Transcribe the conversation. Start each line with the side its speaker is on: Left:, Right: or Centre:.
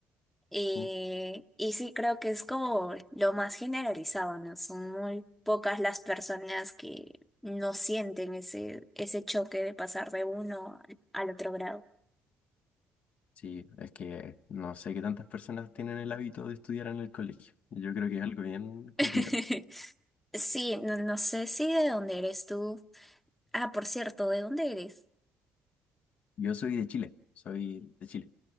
Centre: Y,
Left: Sí,
Centre: y sí, creo que es como lo más generalizado, ¿no? Son muy pocas las personas que no sienten ese, ese choque de pasar de uno al, al otro grado.
Left: Sí, es que no sé qué tantas personas tienen el hábito de estudiar en el colegio. Yo creo que es algo bien complicado.
Centre: <laughs> Sí, no, no sé si de dónde eres tú. Ah, por cierto, ¿de dónde eres?
Left: Yo soy de Chile, soy de Chile.